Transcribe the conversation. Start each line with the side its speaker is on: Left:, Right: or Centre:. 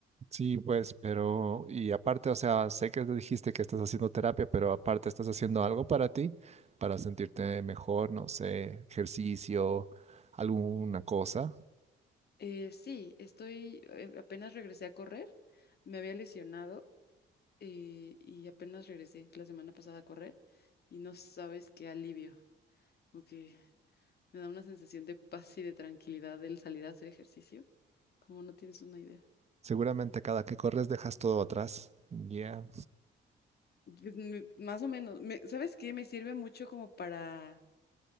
Right: sí, pues, pero y aparte, o sea, sé que dijiste que estás haciendo terapia, pero aparte estás haciendo algo para ti, para sentirte mejor, no sé, ejercicio, alguna cosa.
Left: Eh, sí, estoy, eh, apenas regresé a correr, me había lesionado eh, y apenas regresé la semana pasada a correr y no sabes qué alivio. Ok. Me da una sensación de paz y de tranquilidad el salir a hacer ejercicio, como no tienes una idea.
Right: Seguramente cada que corres dejas todo atrás. Ya,
Left: Pues, mm, más o menos, me- ¿sabes qué? Me sirve mucho como para